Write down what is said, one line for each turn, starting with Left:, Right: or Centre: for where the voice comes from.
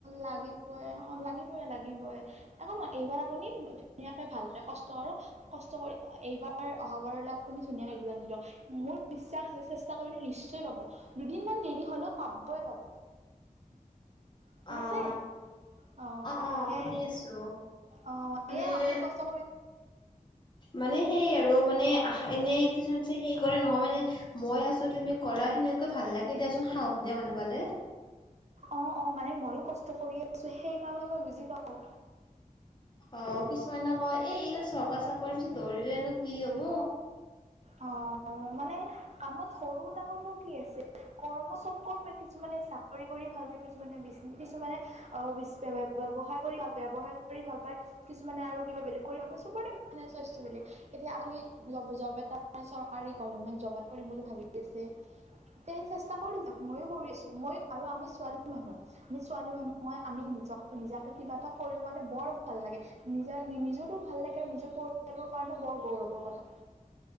Right: লাগিবই অ লাগিবই লাগিবই একোনহয় এইবাৰ আপুনি ধুনীয়াকে ভালকে কষ্ট কৰক কষ্ট কৰি এইবাৰ অহাবাৰলৈ আপুনি ধুনিয়াকে একজাম টো দিয়ক। মোৰ বিশ্বাস আছে চেষ্টা কৰিলে নিশ্চয় পাব দুদিনমান দেৰি হলেও পাবই পাব শুনিছে?
Left: অ'
Right: অ
Left: অ'
Right: সেইয়াই
Left: শুনি আছো
Right: অ সেয়াই
Left: এনে
Right: আপুনি কষ্ট কৰি
Left: মানে সেই আৰু আৰু মানে আহ এনেই কিছুমান সে কৰে নহয়মানে মই আছো তুমি কৰা সেনেকুৱা ভাল লাগে দিয়াচোন সাহস দিয়া মানুহ পালে।
Right: অঁ অঁ মানে মইয়ো কষ্ট কৰি আছোঁ সেইকাৰণে মই বুজি পাওঁ।
Left: অ কিছুমানে কয় এ এইলাক চৰকা চাকৰি পিছত দৰিলেনো কি হব
Right: অ মানে কামত সৰু ডাঙৰনো কি আছে কৰ্ম চব কৰ্মে কিছুমানে চাকৰি কৰি ভাল পায় কিছুমানে বিচনেজ কিছুমানে অ বিছ ব্যৱসায় কৰি ভাল পায় ব্যৱসায় কৰি ভাল পায় কিছুমানে আৰু কিবা বেলেগ কৰি ভাল পায় চবৰে মানে স্বইচ বেলেগ। এতিয়া আপুনি টপ জব এটা চৰকাৰী গভমেণ্ট জবত কৰিম বুলি ভাবি আছে তেতিয়া সেই চাকৰি যাক মইয়ো কৰি আছো মইও আৰু আমি ছোৱালী মানুহ আমি ছোৱালী মানুহ হয় আমি নিজক নিজাকে কিবা এটা কৰিব পালে বৰ ভাল লাগে। নিজাৰ নিজৰো ভাল লাগে আৰু নিজৰ পৰিয়ালৰ কাৰণেও বৰ গৌৰৱৰ কথা।